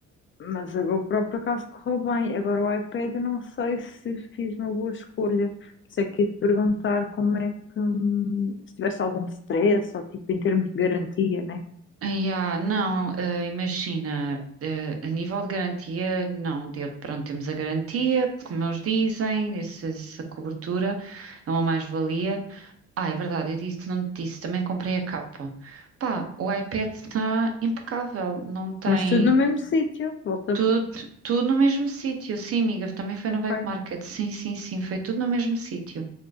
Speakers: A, on the left; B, on the right.
A: Mas a GoPro por acaso correu bem. Agora o iPad, eu não sei se fiz uma boa escolha. Por isso é que ia te perguntar como é que, hum, se tivesse algum stress, ou tipo em termos de garantia, né?
B: Ai, ah, não, ah, imagina, ah, a nível de garantia, não, deu, pronto, temos a garantia, como eles dizem, esse- essa cobertura é uma mais-valia. Ah, é verdade, eu disse, não te disse, também comprei a capa. Pá, o iPad está impecável, não tem
A: Mas tudo no mesmo sítio. Volta.
B: tudo, tudo no mesmo sítio. Sim, amiga, também foi
A: Ok.
B: no back market, sim, sim, sim, foi tudo no mesmo sítio.